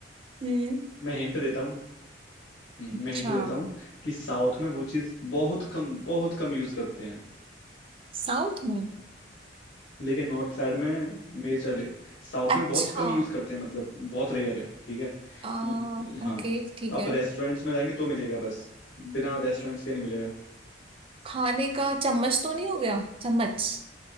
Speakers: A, on the right; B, on the left.
A: हम्म
B: मैं हिंट देता हूँ हम्म,
A: अच्छा
B: मैं हिंट देता हूँ कि साउथ में वो चीज़ बहुत कम बहुत कम यूज करते हैं
A: साउथ में
B: लेकिन नॉर्थ साइड में मेजरली साउथ
A: अच्छा
B: में बहुत कम यूज करते हैं मतलब बहुत रेयर है ठीक है
A: आ,
B: ल- ल- हाँ
A: ओके ठीक
B: आप
A: है
B: रेस्टोरेंट्स में जाएंगे तो मिलेगा बस बिना रेस्टोरेंट्स के नहीं मिलेगा
A: खाने का चम्मच तो नहीं हो गया चम्मच